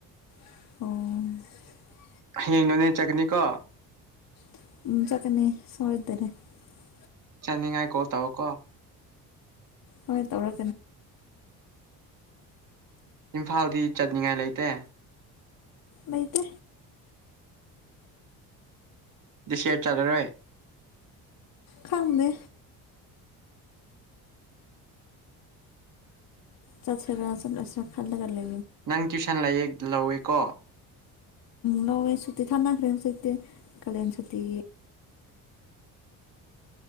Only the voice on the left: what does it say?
ꯑꯣ
<unintelligible>
ꯍꯣꯏ ꯍꫭꯏ ꯇꯧꯔ
ꯂꯩꯇꯦ
ꯈꯪꯗ ꯆꯠꯁꯦ ꯈꯜꯂꯒ ꯂꯦ
ꯂꯧꯋꯦ ꯁꯨꯇꯤ ꯊꯥꯅꯈ꯭ꯔꯦ ꯍꯧꯖꯤꯛꯇꯤ ꯀꯥꯂꯦꯟ ꯁꯨꯇꯤ